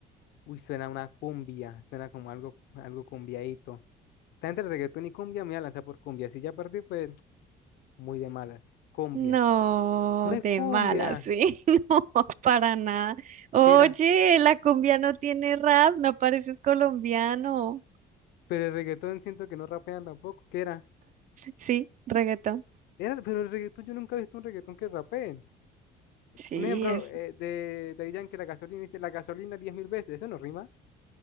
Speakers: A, on the left (about 80°); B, on the right (about 50°).
A: Uy, suena una cumbia. Suena como algo, algo cumbiaíto. Está entre reggaetón y cumbia. Me voy a lanzar por cumbia. Si ya perdí, pues muy de malas. Cumbia.
B: No,
A: No es
B: de
A: cumbia.
B: mala, sí, <laughs> no, para nada. Oye,
A: ¿Qué era?
B: la cumbia no tiene rap, no pareces colombiano.
A: Pero el reggaetón siento que no rapean tampoco. ¿Qué era?
B: Sí, reggaetón.
A: Era, pero el reggaetón yo nunca he visto un reggaetón que rapeen.
B: Sí,
A: Un ejemplo
B: es,
A: eh, de Daddy Yankee, la gasolina, dice la gasolina diez mil veces. ¿Eso no rima?